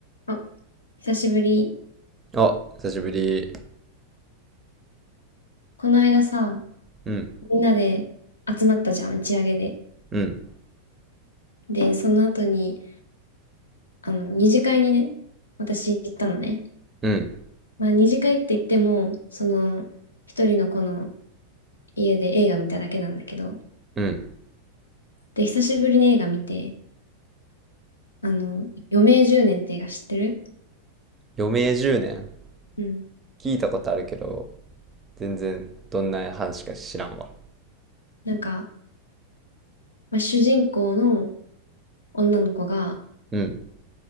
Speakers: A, on the left; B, on the right.
A: あ、久しぶり。
B: あ、久しぶり。
A: この間さ、
B: うん、
A: みんなで集まったじゃん、打ち上げで。
B: うん、
A: で、その後に、あの、二次会にね、私行ったのね。
B: うん、
A: まあ、二次会って言っても、その、一人の子の家で映画見ただけなんだけど、
B: うん。
A: で、久しぶりに映画見て、あの、余命10年って映画知ってる
B: 余命10年
A: うん。
B: 聞いたことあるけど、全然どんな話か知らんわ。
A: なんか、まあ、主人公の女の子が
B: うん、